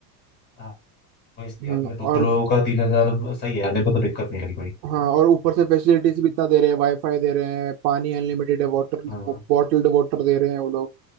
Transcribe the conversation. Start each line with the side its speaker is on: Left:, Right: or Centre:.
Left: हाँ, वही सही
Right: हम्म
Left: है। अपने दो
Right: और
Left: लोगों का तीन हजार सही है मेरे को तो दिक्कत नहीं लगी कोई
Right: हाँ और ऊपर से फैसिलिटीज भी इतना दे रहे हैं वाईफाई दे रहे हैं पानी अनलिमिटेड है वाटर
Left: हाँ
Right: बॉटल्ड वाटर दे रहे हैं वो लोग